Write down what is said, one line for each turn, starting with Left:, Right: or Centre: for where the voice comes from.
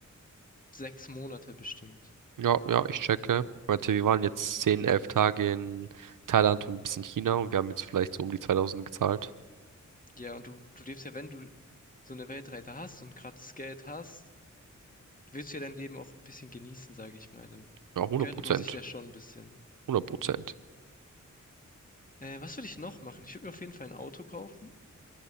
Left: sechs Monate bestimmt.
Right: ja, ja, ich checke. Ich meinte, wir waren jetzt 10 11 Tage in Thailand und ein bisschen China und wir haben jetzt vielleicht so um die 2000 gezahlt.
Left: Ja, und du, du lebst ja, wenn du so eine Weltreise hast und gerade das Geld hast, willst du ja dein Leben auch ein bisschen genießen, sage ich mal. Dann
Right: Ja, hundert
Left: gönnt
Right: Prozent.
Left: man sich ja schon ein bisschen.
Right: hundert Prozent.
Left: Äh, was würde ich noch machen? Ich würde mir auf jeden Fall ein Auto kaufen.